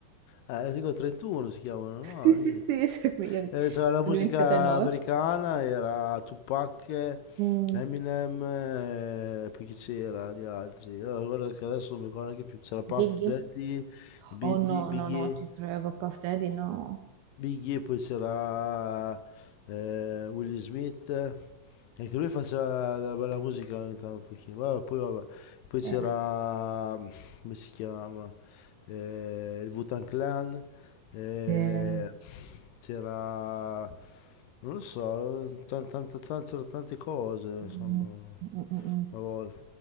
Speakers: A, on the left; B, on the right.
A: Eh, articolo 31 si chiamano, no?
B: Sì,
A: Niente.
B: sì, sì, sì, qui io- mi
A: Eh, c'era la
B: sono
A: musica
B: dimenticata il nome.
A: americana, era Tupac,
B: Mm.
A: Eminem, eh, poi chi c'era di altri? Eh, guarda che adesso non mi ricordo neanche più. C'era Puff
B: Biggie?
A: Daddy, Biggie,
B: Oh no,
A: Biggie,
B: no, no, ti prego, Puff Daddy, no.
A: Biggie, poi c'era eh, Will Smith, eh, anche lui faceva della bella musica ogni tanto, un pochino. Vabbè, poi, vabbè. Poi c'era,
B: Eh,
A: mm, come si chiama, Eh, il Wu-Tang Clan, eh,
B: eh,
A: c'era, non lo so, tan- tan- tan- c'erano tante cose, insomma,
B: mm, mm, mm, mm.
A: una volta.